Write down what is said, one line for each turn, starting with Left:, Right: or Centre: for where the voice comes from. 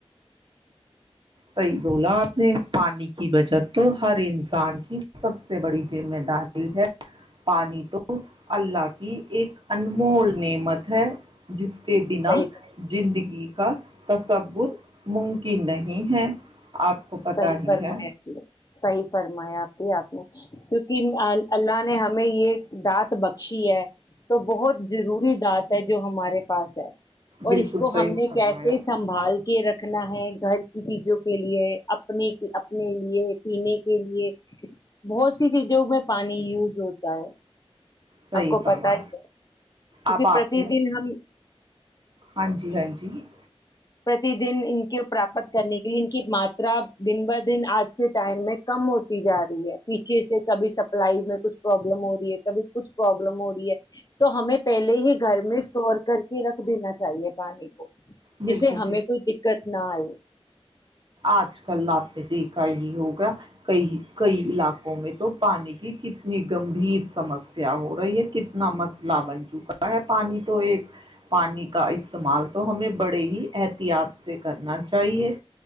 Left: <inaudible> <unintelligible>
Right: صحیح بولا آپ نے پانی کی بچت تو ہر انسان کی سب سے بڑی ذمہ داری ہے <unintelligible> پانی تو <unintelligible> اللہ کی ایک انمول نعمت ہے جس کے بنا
Left: صحیح
Right: زندگی کا تصور ممکن نہیں نہیں ہے آپ کو پتہ
Left: صحیح
Right: ہی
Left: فرمایا
Right: ہے
Left: جی صحیح فرمایا آپ کی آپ نے کیونکہ اللہ نے ہمیں یہ دانت بخشی ہے تو بہت ضروری دانت ہے جو ہمارے پاس ہے اور
Right: بالکل
Left: اس کو
Right: صحیح
Left: ہم نے کیسے
Right: فرمایا
Left: سنبھال کے رکھنا ہے گر کی چیزوں کے لیے اپنی کی اپنے لیے پینے کے لیے بہت سی چیزوں میں پانی یوز ہوتا ہے
Right: صحیح
Left: آپ کو
Right: فرما
Left: پتا ہی کے کیونکہ
Right: اب آپ
Left: پرتیدیں ہم
Right: ہاں جی ہاں جی <unintelligible>
Left: پر <unintelligible> تیدیں کے پراپت <unintelligible> کرنے کے لیے ان کی ماترا دن ب دن آج کے ٹائم میں کم ہوتی جا رہی ہے پیچھے سے کبھی سپلائی میں کچھ پروابلم ہو رہی ہے کبھی <unintelligible> کچھ پروبلم ہو رہی ہے تو ہمیں پہلے ہی گھر میں اسٹور کر کے رکھ دینا چاہیے پانی کو جسے
Right: بالکل
Left: ہمیں کوئی دقت نہ آئے
Right: آج کل آپ نے دیکھا ہی ہوگا کئی کئی علاقوں میں تو پانی کی کتنی گمبھیر سمسیا ہو رہی ہے کتنا مسئلہ بن چکا ہے پانی تو ایک پانی کا استعمال تو ہمیں بڑے ہی احتیاط سے کرنا چاہیے